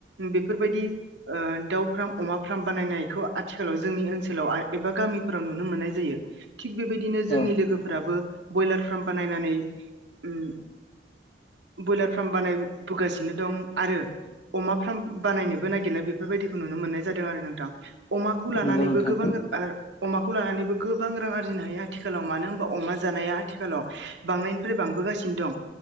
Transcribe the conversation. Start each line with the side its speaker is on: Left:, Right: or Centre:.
Right: बेफोरबायदि ओ दाउ फ्राम अमा फ्राम बानायनायखौ आथिखालाव जोंनि ओनसोलाव एबा गामिफोराव नुनो मोननाय जायो थिग बेबायदि दिनो जोंनि
Left: औ
Right: लोगोफोराबो ब्रयलार फार्म बानायनानै ओम ब्रयलार फ्राम बानायबोगासिनो दं आरो अमा फ्राम बानायनोबो नागिरनाय बेफोरबायदिखौ नुनो मोननाय जादों आरो नोंथां। अमाखौ लानानैबो
Left: नंगौ नोंथां
Right: गोबां ओ अमाखौ लानानैबो गोबां रां आरजिनो हायो आथिखालाव मानो होनबा अमा जानाया आथिखालाव बांनायनिफ्राय बांबोगासिनो दं